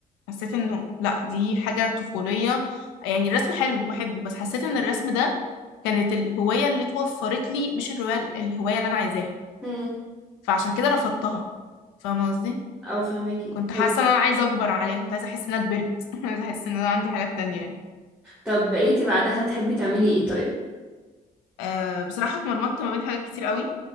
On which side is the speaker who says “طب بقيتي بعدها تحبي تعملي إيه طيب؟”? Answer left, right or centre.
Centre